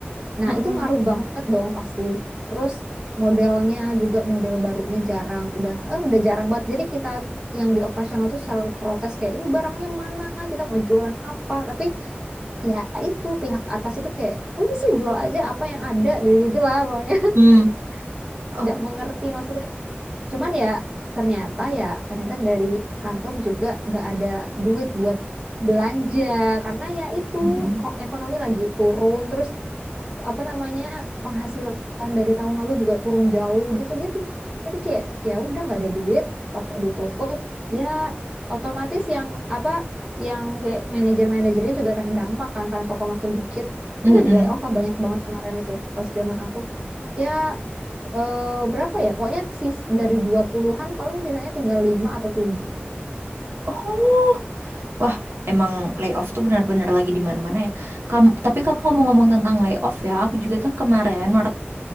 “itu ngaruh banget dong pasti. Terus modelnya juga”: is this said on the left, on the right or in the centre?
Right